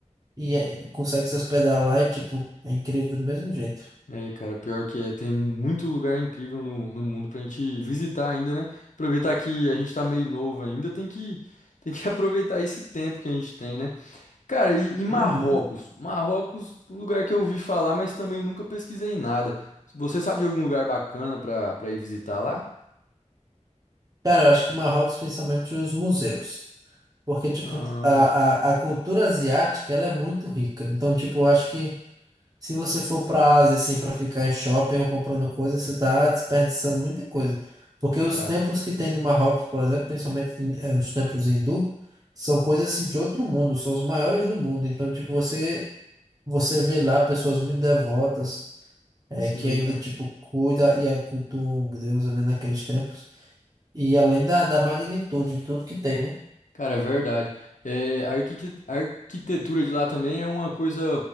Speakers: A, on the right; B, on the left.
A: e, é- e consegue se hospedar lá e, tipo, é incrível do mesmo jeito.
B: É, cara, pior que é, tem muito lugar incrível no, no mundo pra gente visitar ainda, né? Aproveitar que a gente tá meio novo ainda, tem que, tem que <laughs> aproveitar esse tempo que a gente tem, né? Cara, e, e Marrocos?
A: Uhum.
B: Marrocos, um lugar que eu ouvi falar, mas também nunca pesquisei nada. Você sabe de algum lugar bacana pra, pra ir visitar lá?
A: Cara, eu acho que Marrocos, principalmente os museus. Porque, tipo,
B: Ah,
A: a, a, a cultura asiática, ela é muito rica. Então, tipo, eu acho que se você for pra Ásia, assim, pra ficar em shopping ou comprando coisas, você tá desperdiçando muita coisa. Porque os
B: cara,
A: templos que tem no Marrocos, por exemplo, principalmente em, eh, os templos hindu, são coisas, assim, de outro mundo. São os maiores do mundo. Então, tipo, você, você vê lá pessoas muito devotas. é,
B: sim,
A: que ainda,
B: cara.
A: tipo, cuida e cultua o Deus ali naqueles tempos. E além da, da magnitude de tudo que tem, né?
B: Cara, é verdade. É, a arquiqui- a arquitetura de lá também é uma coisa,